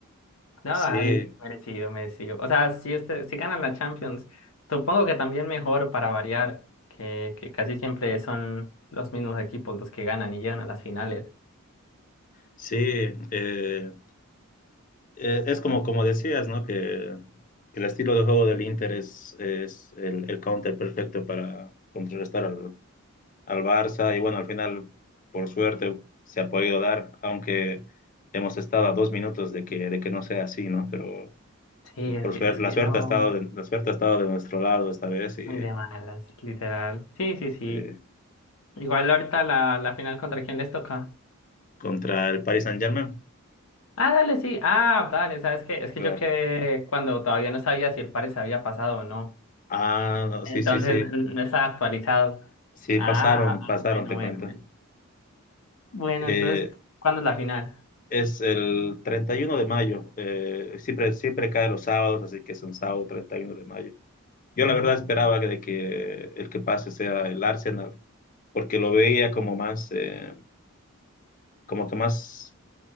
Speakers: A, on the left (about 70°); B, on the left (about 35°).
A: no,
B: Sí,
A: dale, merecido, merecido. O sea, si, usted, si ganan la Champions, supongo que también mejor para variar, que, que casi siempre son los mismos equipos los que ganan y llegan a las finales.
B: sí. eh, eh, es como, como decías, ¿no? Que el estilo de juego del Inter es, es el, el counter perfecto para contrarrestar al, al Barça. Y bueno, al final, por suerte, se ha podido dar, aunque hemos estado a dos minutos de que, de que no sea así, ¿no? Pero
A: Sí, es
B: por
A: que,
B: suerte,
A: es
B: la
A: que
B: suerte
A: no,
B: ha estado de, la suerte ha estado de nuestro lado esta vez y
A: muy de malas, literal. Sí, sí, sí.
B: eh,
A: Igual ahorita la, la final contra quién les toca.
B: contra el Paris Saint-Germain.
A: Ah, dale, sí. Ah, dale, ¿sabes qué? Es que
B: Claro.
A: yo quedé cuando todavía no sabía si el pare se había pasado o no.
B: Ah, no,
A: Entonces
B: sí, sí, sí.
A: n- no estaba actualizado.
B: Sí,
A: Ah,
B: pasaron,
A: ah,
B: pasaron,
A: bueno,
B: te
A: bueno,
B: cuento.
A: bueno. Bueno,
B: Eh,
A: entonces, ¿cuándo es la final?
B: es el 31 de mayo, eh, siempre, siempre cae los sábados, así que es un sábado 31 de mayo. Yo la
A: Mm.
B: verdad esperaba que, de que el que pase sea el Arsenal, porque lo veía como más, eh, como que más,